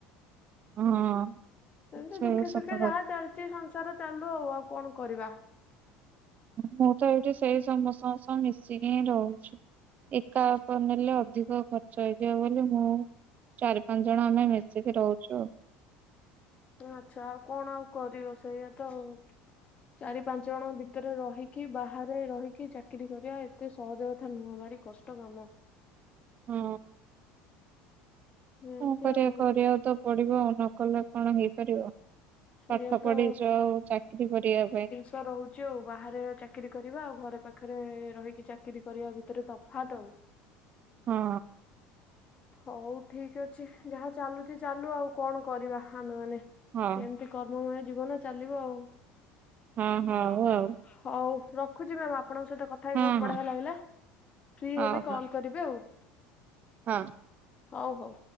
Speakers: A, on the right (about 40°); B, on the left (about 35°).
A: ହଁ
B: ସେମିତି
A: ସେ
B: ଦୁଃଖେ
A: ସତ
B: ସୁଖେ
A: କଥା।
B: ଯାହା ଚାଲିଛି ସଂସାର ଚାଲୁ ଆଉ, ଆଉ କଣ କରିବା?
A: ମୁଁ ତ ଏଇଠି ସେଇ ସମସ୍ତଙ୍କ ସହ ମିଶିକି ହିଁ ରହୁଛି। ଏକା ଅପର୍ ନେଲେ ଅଧିକ ଖର୍ଚ୍ଚ ହେଇଯିବ ବୋଲି ମୁଁ ଚାରି ପାଞ୍ଚ ଜଣ ଆମେ ମିଶିକି ରହୁଛୁ ଆଉ
B: ଆଚ୍ଛା ଆଉ କଣ ଆଉ କରିବ ସେଇଆତ ଆଉ ଚାରି ପାଞ୍ଚ ଜଣ ଭିତରେ ରହିକି, ବାହାରେ ରହିକି ଚାକିରି କରିବା ଏତେ ସହଜ କଥା ନୁହ। ଭାରି କଷ୍ ଷ୍ଟ କାମ
A: ହଁ
B: ଏମିତି
A: କଣ କରିବା
B: ଆଉ
A: କରିବାକୁ ତ ପଡିବ ଆଉ ନକଲେ କଣ ହେଇପାରିବ?
B: ସେଇଆ
A: ପାଠ ପଢିଛ
B: ତ
A: ଚାକିରୀ କରିବା ପାଇଁ।
B: ତ ରହୁଛି ଆଉ ବାହାରେ ଚାକିରିୀ କରିବା ଆଉ ଘରେ ପାଖରେ ରହିକି ଚାକିରି କରିବା ଭିତରେ ତଫାତ ଆଉ
A: ହଁ
B: ହଉ ଠିକ ଅଛି ଯାହା ଚାଲୁଛି ଚାଲୁ। ଆଉ କଣ କରିବା ଆମେମାନେ
A: ହଁ
B: ସେମତି କର୍ମମୟ ଜୀବନ ଚାଲିବ ଆଉ।
A: ହଁ ହଉ
B: ହଁ-ହଁ-ହଁ
A: ଆଉ
B: ହଉ ରଖୁଛି ମ୍ୟାମ୍ ଆପଣଙ୍କ ସହିତ କଥା ବି
A: ହଁ
B: ବହୁତ ବଢ଼ିଆ
A: ହଁ
B: ଲାଗିଲା ଫ୍ରି
A: ହଉ
B: ହେଲେ କଲ୍
A: ହଉ
B: କରିବେ ଆଉ
A: ହଁ
B: ହଁ ହଉ ହଉ